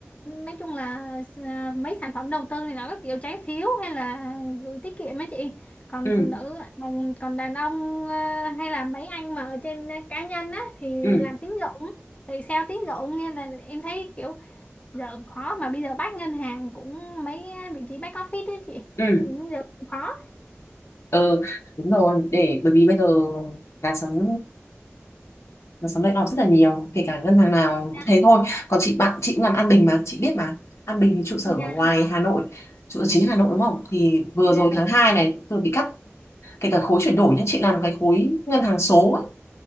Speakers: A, on the left; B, on the left.
A: nói chung là ờ, mấy sản phẩm đầu tư này nó các kiểu trái phiếu hay là gửi tiết kiệm ấy chị còn
B: ừ
A: phụ nữ còn, còn đàn ông ờ, hay là mấy anh mà ở trên ờ, cá nhân á thì
B: ừ
A: làm tín dụng thì sale tín dụng nên là em thấy kiểu giờ cũng khó mà bây giờ bác ngân hàng cũng mấy ờ, vị trí back office ấy chị
B: ừ
A: cũng giờ cũng khó
B: ừ đúng rồi để bởi vì bây giờ là sống sóng sống sóng layoff rất là nhiều kể cả ngân hàng nào
A: dạ
B: thế thôi còn chị bạn chị cũng làm An Bình mà chị biết mà An Bình thì trụ sở
A: dạ
B: ở ngoài Hà Nội trụ sở chính Hà Nội đúng không thì vừa
A: dạ
B: rồi
A: đúng
B: tháng 2 này vừa bị cắt kể cả khối chuyển đổi nhá chị làm cái khối ngân hàng số ấy,